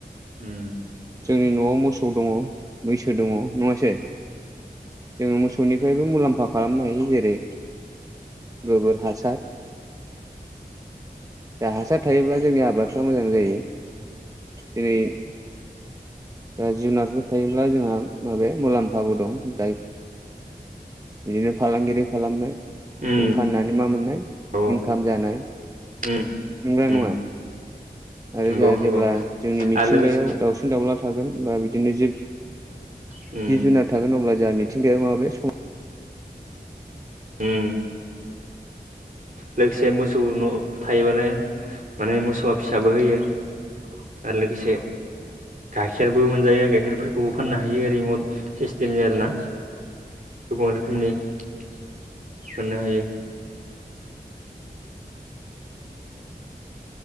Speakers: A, on the right (about 55°); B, on the right (about 20°).
A: उम
B: जोंनि न'आव मोसौ दङ मैसो दङ नङासै जोङो मोसौनिफ्रायबो मुलाम्फा खालामनो हायो जेरै गोबोर हासार दा हासार थायोब्ला जोंनि आबादफ्रा मोजां जायो। जेरै दा जुनारफोर थायोब्ला जोंहा माबे मुलाम्फाबो दं दाय बिदिनो फालांगिरि खालामनाय
A: उम
B: जों फाननानै मा मोननाय
A: औ
B: इनकाम जानाय नंगौ
A: उम
B: ना
A: उम
B: नङा आरो
A: नंगौ
B: जोंहा
A: नंगौ
B: जेब्ला जोंनि मिथिंगायाव
A: आरो लोगोसे
B: दाावसिन दाउला थागोन बा बिदिनो जिब
A: उम
B: जिब जुनार थागोन अब्ला जोंहा मिथिंगाया माब सम
A: होम लोगोसे मोसौ थायोबालाय माने मोसौआ फिसाबो होयो। आरो लोगोसे लोगोसे गाइखेरबो मोनजायो गाइखेरफोरखौबो फाननो हायो रिमट सिस्टेमनि आरोना। गोबां रोखोमनि मोननो हायो।